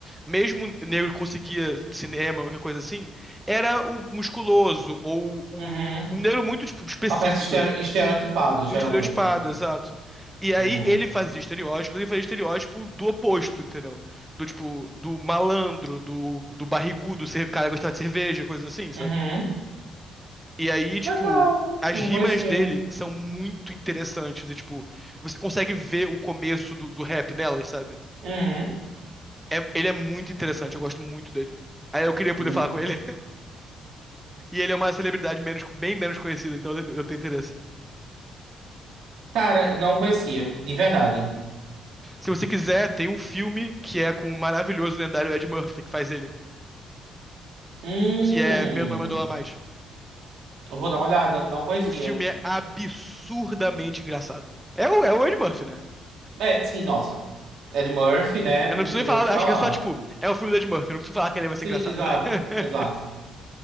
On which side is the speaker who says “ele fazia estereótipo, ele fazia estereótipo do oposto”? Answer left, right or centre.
Centre